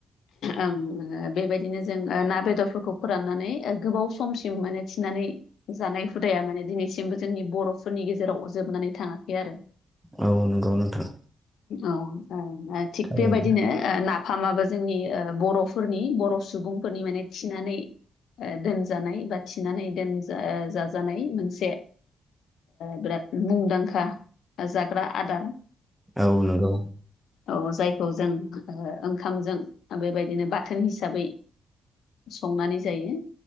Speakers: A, on the left (about 75°); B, in the centre.
A: ओं बेबायदिनो जों ना बेदरफोरखौ फोराननानै गोबाव समसिम माने थिनानै जानाय हुदाया माने दिनैसिमबो जोंनि बर'फोरनि गेजेराव जोबनानै थाङाखै आरो
B: औ नंगौ नोंथां
A: औ थिग
B: थारैनो
A: बेबायदिनो नाफामाबो जोंनि बर'फोरनि बर' सुबुंफोरनि माने थिनानै दोनजानाय बा थिनानै दोनज जाजानाय मोनसे बिराद मुंदांखा जाग्रा आदार
B: औ नंगौ
A: औ जायखौ जों ओंखामजों बेबायदिनो बाथोन हिसाबै संनानै जायो